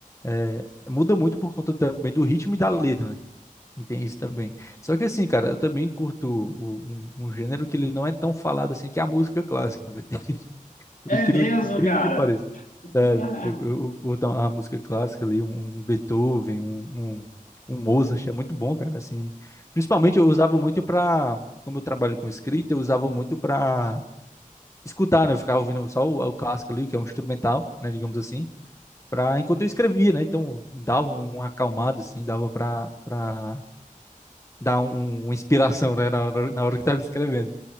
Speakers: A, on the left (about 20°); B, on the left (about 70°).
A: é, muda muito por conta também do ritmo e da letra, né? Tem isso também. Só que assim, cara, eu também curto o- um, um gênero que ele não é tão falado assim, que é a música clássica, velho. <laughs> Por
B: É
A: incrível
B: mesmo,
A: que incrível
B: cara.
A: que pareça.
B: <laughs>
A: Sério, eu, eu- eu curto a música clássica ali, um, um Beethoven, um, um, um Mozart, é muito bom, cara, assim. Principalmente eu usava muito pra, como eu trabalho com escrita, eu usava muito pra escutar, né? Eu ficava ouvindo só o, o clássico ali, que é um instrumental, né, digamos assim, pra, enquanto eu escrevia, né? Então dava uma acalmada, assim, dava pra, pra dá um, um- uma inspiração, né, na hora, na hora que estava escrevendo.